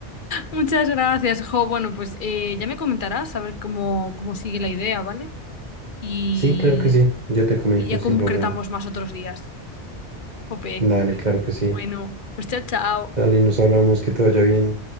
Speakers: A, on the left; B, on the right.
A: Muchas gracias, Jo. Bueno, pues eh, ya me comentarás a ver cómo, cómo sigue la idea, ¿vale? Y,
B: Sí, claro que sí, yo te comento
A: y ya concretamos
B: sin problema.
A: más otros días. Jope.
B: Dale, claro que sí.
A: Bueno, pues chao, chao.
B: Dale, nos hablamos, que te vaya bien.